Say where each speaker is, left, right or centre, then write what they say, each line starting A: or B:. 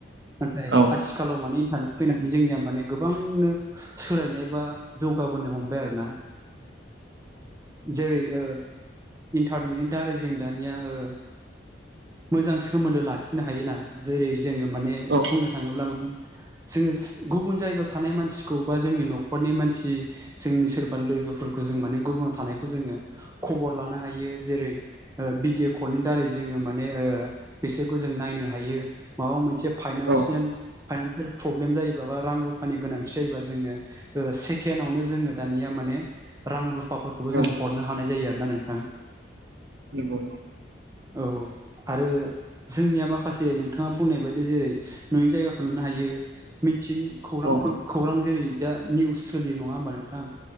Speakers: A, on the right; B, on the right.
A: नाथाय
B: औ
A: आथिखालाव माने इन्टारनेट फैनानै जोंनिया माने गोबांनो सोलायनाय बा जौगाबोनो हमबाय आरो ना जेरै ओ इन्टारनेटनि दारै जों दानिया ओ मोजां सोमोन्दो लाखिनो हायोना जेरै जोङो माने
B: औ
A: बुंनो थाङोब्ला मा जोङो गुबुन जायगायाव थानाय मानसिखौ बा जोंनि न'खरनि मानसि जोंनि सोरबा लोगोफोरखौ जों माने गुबुनाव थानायखौ जोङो खबर लानो हायो जेरै ओ भिडिअ' कलनि दारै जोङो माने बिसोरखौ जों नायनो हायो माबा मोनसे फाइनानसियान
B: औ
A: फाइनानसियेल प्रब्लेम जायोबा बा रां रुफानि गोनांथि जायोबा जोङो ओ सेकेणडआवनो जोङो दानिया माने रां रु हौवाफोरखौबो
B: औ
A: जों हरनो हानाय जायो आरोना नोंथां।
B: नंगौ
A: औ आरो जोंनिया माखासे नोंथाङा बुंनाय बायदि जेरै नुयि जायगाखौ खौ नुनो हायो मिथियै खौरांफोर
B: औ
A: खौरां जेरै दा निउस सोलियो नङा होमबा नोंथां